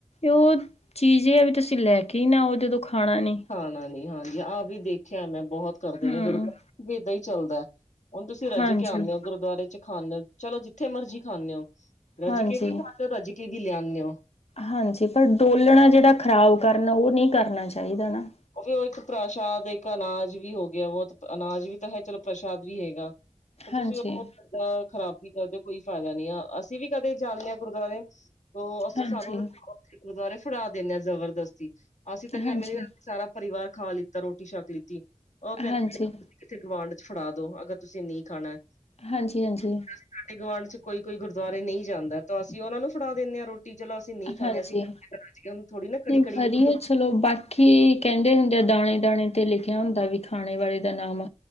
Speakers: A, on the left; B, on the left.
A: ਔਹ ਚੀਜ਼ ਏਐ ਵੀ ਤੁਸੀਂ ਲੈ ਕੇ ਈ ਨਾ ਆਓ ਜਦੋਂ ਖਾਣਾ ਨੀ।
B: ਖਾਣਾ ਨੀ ਹਾਂਜੀ ਆਹ ਵੀ ਦੇਖਿਆ ਮੈਂ ਬਹੌਤ ਕਰਦੇ
A: ਹਮ
B: ਨੇ ਗੁਰ ਵੀ ਏਦਾਂ ਈ ਚੱਲਦੈ। ਹੋਣ ਤੁਸੀਂ ਰੱਜ
A: ਹਾਂਜੀ
B: ਕੇ ਆਣੇ ਔ, ਗੁਰਦੁਆਰੇ ਚ ਖਾਂਣੇ ਔ, ਚਲੋ ਜਿੱਥੇ ਮਰਜੀ ਖਾਂਣੇ ਔ, ਰਜ
A: ਹਾਂਜੀ
B: ਕੇ ਵੀ ਖਾ ਰੱਜ ਕੇ ਕੀ ਲਿਆਨਦੇ ਹੋ।
A: ਹਾਂਜੀ, ਪਰ ਡੋਲਣਾ ਜਿਹੜਾ ਖ਼ਰਾਬ ਕਰਨਾ ਉਹ ਨਹੀਂ ਕਰਨਾ ਚਾਹੀਦਾ ਨਾ।
B: ਉਹ ਵੀ ਉਹ ਇੱਕ ਪ੍ਰਸ਼ਾਦ ਇੱਕ ਅਨਾਜ ਵੀ ਹੋ ਗਿਆ ਬਹੁ ਅਨਾਜ ਵੀ ਤਾਂ ਹੈ ਚਲੋ ਪ੍ਰਸ਼ਾਦ ਵੀ ਹੈਗਾ। ਫੇਰ
A: ਹਾਂਜੀ
B: ਤੁਸੀਂ ਓਹ <inaudible> ਨਾ ਔ ਖਰਾਬੀ ਕਰਦੇ ਕੋਈ ਫੈਦਾ ਨੀ ਆ ਅਸੀਂ ਵੀ ਕਦੇ ਜਾਂਣੇ ਆਂ ਗੁਰਦੁਆਰੇ। ਦੋ ਅਸੀਂ
A: ਹਾਂਜੀ
B: ਸਾਨੂੰ <unintelligible> ਔਥੇ ਗੁਰਦੁਆਰੇ ਫੜਾ ਦੇਣੇ ਆਂ ਜਬਰਦਸਤੀ ਅਸੀਂ ਤਾਂ ਕੈਮ
A: ਹਾਂਜੀ ਹਾਂਜੀ
B: <unintelligible> ਸਾਰਾ ਪਰਿਵਾਰ ਖਾ ਲਿੱਤਾ ਰੋਟੀ ਛੱਕ ਲਿੱਤੀ ਔ ਕੈ
A: ਹਾਂਜੀ
B: <inaudible> ਕਿਸੇ ਗਵਾਂਢ ਚ ਫੜਾ ਦੋ ਅਗਰ ਤੁਸੀਂ ਨੀ ਖਾਣੈ।
A: ਹਾਂਜੀ, ਹਾਂਜੀ।
B: ਸਾਡੇ ਗੁਆਂਢ ਚ ਕੋਈ ਕੋਈ ਗੁਰਦੁਆਰੇ ਨਹੀਂ ਜਾਂਦਾ ਤਾਂ ਅਸੀਂ ਔਨਾਂ ਨੂੰ ਫੜਾ ਦਿੰਣੇ ਆਂ ਰੋਟ ਟੀ ਚਲੋ ਅਸੀਂ ਨਹੀਂ ਖਾਂਣੇ
A: ਹਾਂਜੀ
B: ਆਂ ਅਸੀਂ ਮੈਂ ਕੇ ਰੱਜ ਗੇ ਹੁਣ ਥੋੜੀ ਨਾ ਕੜੀ-ਕੜੀ
A: ਨਹੀਂ ਵਧੀਆ ਚਲੋ ਬਾਕੀ ਕੈੰਦੇ ਹੁੰਦੇ ਆ ਦਾਣੇ-ਦਾਣੇ 'ਤੇ ਲਿਖਿਆ ਹੁੰਦਾ ਵੀ ਖਾਣੇ ਵਾਲੇ ਦਾ ਨਾਮ।